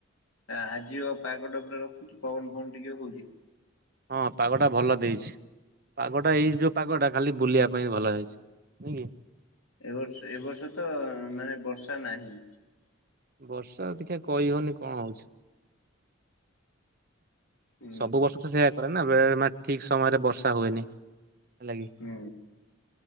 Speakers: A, on the left; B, on the right.
A: ଆ ଆଜି ଆଉ ପାଗଟା ଉପରେ ରଖୁଛି ପବନ କଣ ଟିକେ ହଉଛି।
B: ହଁ ପାଗଟା ଭଲ ଦେଇଛି ପାଗଟା ଏଇ ଯୋଉ ତାଟ କଟ ଖାଲି ବଲିଆ <unintelligible> ପାଇଁ ଭଲ ହେଇଛି। ନାଇଁ
A: ଏବର୍ଷ ଏବ ବର୍ଷ ତ ମାନେ ବର୍ଷ। ତା ନାହିଁ।
B: କି ବର୍ଷା ଅଧିକ କହିହଉନି କଣ ହଉଛି।
A: ହୁଁ
B: ସବୁ ବର୍ଷ ତ ସେଇୟା କରେ ନା। ବେଳେ ବେଳେ ମାନେ ଠିକ ସମୟରେ ବର୍ଷା ହୁଏନି। ହେଲା କି
A: ହୁଁ।